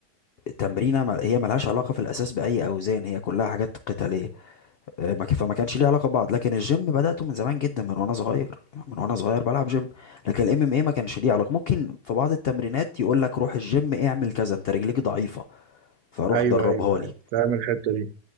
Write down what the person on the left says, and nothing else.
تمرينه مل- هي ملهاش علاقة في الاساس باي اوزان هي كلها حاجات قتالية آه، ما ك- فما كانش ليه علاقة ببعض لكن الجيم بدأته من زمان جدا من وانا صغير من وانا صغير بلعب جيم لكن الام ام ايه ما كانش ليه علاقة ممكن في بعض التمرينات يقول لك روح الجيم اعمل كذا انت رجليك ضعيفة فروح
دربها
لي